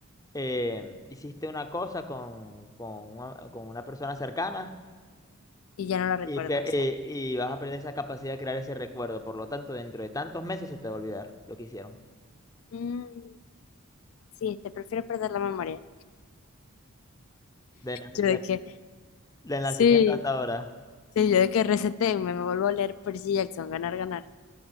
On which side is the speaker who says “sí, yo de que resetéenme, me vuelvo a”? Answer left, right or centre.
Left